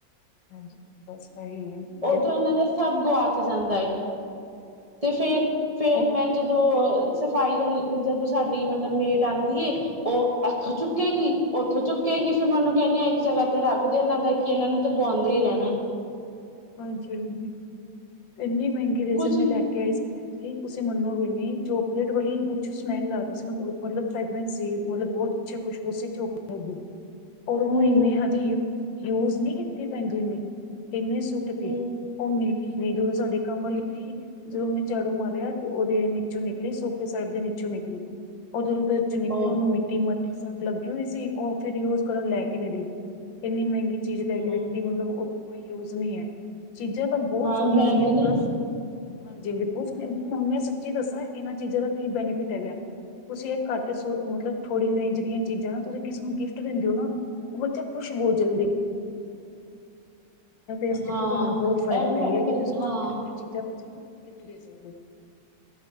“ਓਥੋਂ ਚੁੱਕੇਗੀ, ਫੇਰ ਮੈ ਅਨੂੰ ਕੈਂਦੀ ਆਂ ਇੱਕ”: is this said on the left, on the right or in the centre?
Right